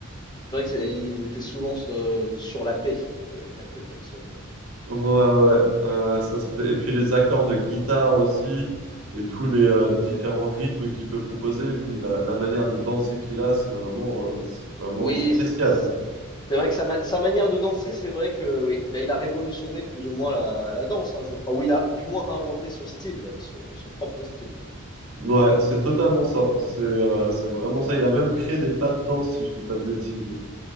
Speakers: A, on the left (about 20°); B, on the right (about 85°).
A: C'est vrai que c'est- il était souvent euh, sur la paix, oui, Michael Jackson. euh.
B: Ouais, ouais, ouais, ça c'était. Et puis les accords de guitare aussi, et tous les euh, différents rythmes qu'il peut proposer, et puis la, la manière de danser qu'il a, c'est vraiment, euh, c'est vraiment
A: Oui,
B: spécial.
A: c'est c'est vrai que sa, ma- sa manière de danser, c'est vrai que oui, bah, il a révolutionné plus ou moins la, la danse, hein, je crois. Ou il a du moins inventé son style, son, son propre style, quoi.
B: Ouais, c'est totalement ça. C'est euh, c'est vraiment ça. Il a même créé des pas de danse, si je dis pas de bêtises.